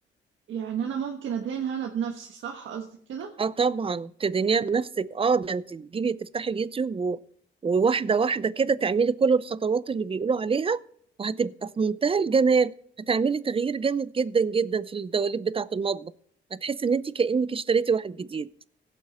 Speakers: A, on the right; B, on the right.
A: يعني أنا ممكن أدهنها أنا بنفسي صح قصدك كده؟
B: اه طبعا تدينيها بنفسك اه ده انت تجيبي تفتحي اليوتيوب و... وواحده واحده كده تعملي كل الخطوات اللي بيقولوا عليها وهتبقى في منتهى الجمال هتعملي تغيير جامد جدا جدا في الدواليب بتاعه المطبخ هتحسي ان انت كانك اشتريتي واحد جديد